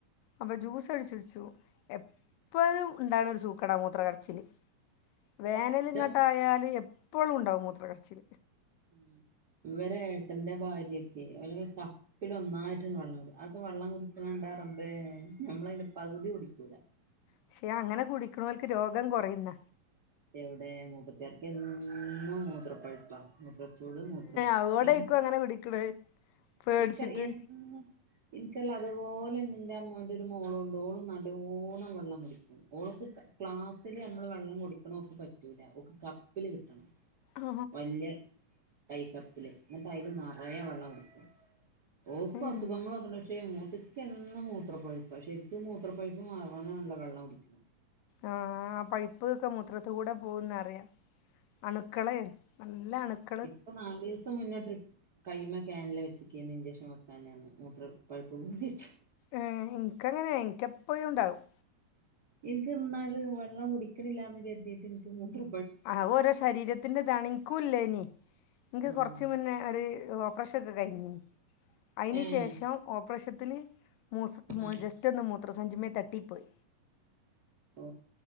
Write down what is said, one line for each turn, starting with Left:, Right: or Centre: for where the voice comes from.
Left: അപ്പൊ ജ്യൂസ് അടിച്ച് വെച്ചു എപ്പഴും ഇണ്ടാണെ ഒരു സൂക്കേടാ മൂത്ര കട്ച്ചില് വേനല്
Right: ന്റെ
Left: ഇങ്ങട്ടായല് എപ്പഴും ഇ ണ്ടാവും മൂത്രകട്ച്ചില്
Right: ഉം ഇവരെ ഏട്ടന്റെ ഭാര്യകെ ഓലൊക്കെ ക പ്പില് ഒന്നായിട്ടാണ്ട് വെള്ളം കുടിക്കും അത് വെള്ളം കുടിക്കണണ്ടാ റബ്ബേ നമ്മളയ്ന്റെ പകുതി കുടിക്കൂല
Left: പക്ഷെ അങ്ങനെ കുടിക്കണോൽക്ക് രോഗം കുറയുന്ന
Right: എവിടെ മുപ്പത്തിയാർക്കെന്നും മൂത്ര പ്പഴ്പ്പാ മൂത്രച്ചൂട്, മൂത്ര പൊഴ്പ്പ്
Left: അതോടായിരിക്കും
Right: എന്നും
Left: അങ്ങനെ കുടിക്കണേ പേടിച്ചിട്ട്
Right: ഇൻക്കറീല്ല എന്നും ഇൻക്കറീല്ലാം അതുപോലെ എന്റെ അമ്മോന്റെ ഒരു മോളും ണ്ട് ഓളും നല്ലോണം വെള്ളം കുടിക്കും ഓൾക്ക് ക്ലാസ്സില് നമ്മള് വെള്ളം കുടിക്കണ ഒക്കെ പറ്റൂല ഓക്ക് കപ്പില് കിട്ടണം
Left: ആ
Right: വല്യ തൈ കപ്പില് ഇന്ന്ട്ടയില് നെറയെ വെള്ളം കൊടുക്കും ഓക്ക
Left: ഉം.
Right: അസുഖങ്ങളോകെ ഇണ്ട് പക്ഷെ മൂത്ത ച്ചിക്കെന്നും മൂത്രപ്പഴുപ്പ ശെരിക്കും മൂത്രപ്പഴുപ്പ് മാറാനാണല്ലോ വെള്ളം കുടിക്ക്ണെ?
Left: ആഹ് ആ പഴിപ്പ് ഒക്കെ മൂത്രത്ത്കൂടെ പോവുന്നറിയാം അണുക്കളെ നല്ല അണുക്ക-
Right: ഇപ്പൊ നാലീസം മുന്നേ ട്രിപ്പ് കയുമ്മ കാനൽ വെച്ചക്കേ. നി ഇഞ്ചക്ഷൻ വെക്കാന് പർഞ്ഞ് മൂത്ര പൈപ്പ് കൂടിയിട്ട്
Left: ഏഹ് ഇൻക്കങ്ങനെയ ഇൻക്കെപ്പഴും ഇണ്ടാവും
Right: ഇൻക്കിന്നാല് വെള്ളം കുടിക്കിണില്ലാന്ന് കരുതിട്ട് ഇൻക് മൂത്ര
Left: ആഹ് ഓരോ ശരീരത്തിന്റെ ഇതാണ് ഇൻക്കൂല്ലേനി ഇൻക്
Right: ഉം
Left: കൊർച്ച് മുന്നെ ഒരു ഓപ്പറേഷ നൊക്കൊ കഴിഞീനി അതിന്
Right: ഏഹ്
Left: ശേഷം ഓപ്പറേഷത്തില് <unintelligible>
Right: ആഹ്
Left: ജസ്റ്റ്‌ ഒന്ന് മൂത്ര സഞ്ചിമ്മേ തട്ടി പോയി
Right: ഓ